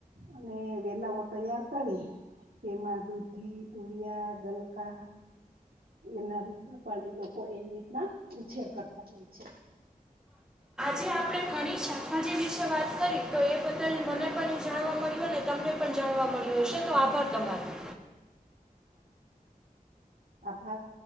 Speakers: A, on the right; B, in the centre.
A: અને વેલાઓ તૈયાર કરી તેમાં દૂધી તુરિયા ગલકા એના રૂપમાં પણ એ લોકો એવી રીતના ઉછેર કરતા હોય છે.
B: આજ આપણે ઘણી શાકભાજી વિશે વાત કરી તો એ બદલ મને પણ જાણવા મળ્યું હોને તમને પણ જાણવા મળ્યું હશે તો આભાર તમારો.
A: આભાર.